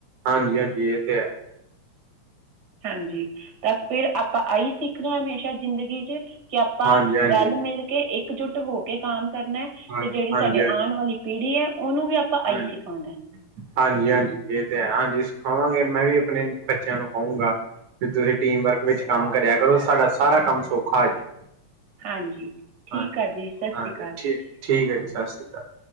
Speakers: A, on the right; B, on the right.
A: ਹਾਂਜੀ, ਹਾਂਜੀ ਇਹ ਤੇ ਹੈ।
B: ਹਾਂਜੀ, ਤਾਂ ਫਿਰ ਆਪਾਂ ਆਈ ਸਿੱਖਣਾ ਹਮੇਸ਼ਾ ਜ਼ਿੰਦਗੀ 'ਚ ਕਿ ਆਪਾਂ
A: ਹਾਂਜੀ ਹਾਂਜੀ
B: ਰਲ -ਮਿਲ ਕੇ ਇੱਕਜੁੱਟ ਹੋ ਕੇ ਕਾਮ ਕਰਨਾ ਤੇ
A: ਹਾਂ
B: ਜਿਹੜੀ
A: ਹਾਂਜੀ
B: ਸਾਡੇ
A: ਹਾਂਜੀ
B: ਆਣ ਵਾਲੀ ਪੀੜ੍ਹੀ ਐ, ਉਹਨੂੰ ਵੀ ਆਪਾਂ ਆਈ
A: ਹਾਂਜੀ
B: ਸਿਖਾਣਾ।
A: ਹਾਂਜੀ, ਹਾਂਜੀ ਇਹ ਤੇ ਹੈ। ਹਾਂਜੀ ਸਿਖਾਵਾਂਗੇ, ਮੈਂ ਵੀ ਆਪਣੇ ਬੱਚਿਆਂ ਨੂੰ ਕਹੂੰਗਾ। ਵੀ ਤੁਸੀਂ ਟੀਮ ਵਰਕ ਵਿੱਚ ਕੰਮ ਕਰਿਆ ਕਰੋ, ਸਾਡਾ ਸਾਰਾ ਕੰਮ ਸੌਖਾ ਹੋ ਜੇ।
B: ਹਾਂਜੀ। ਠੀਕ
A: ਹਾਂਜੀ
B: ਆ ਜੀ, ਸਸਿ
A: ਹਾਂਜੀ
B: ਸ਼੍ਰੀ ਅਕਾਲ।
A: ਠੀਕ ਠੀਕ ਹੈ ਜੀ, ਸ਼ਸਿ ਸ਼੍ਰੀ ਅਕਾਲ।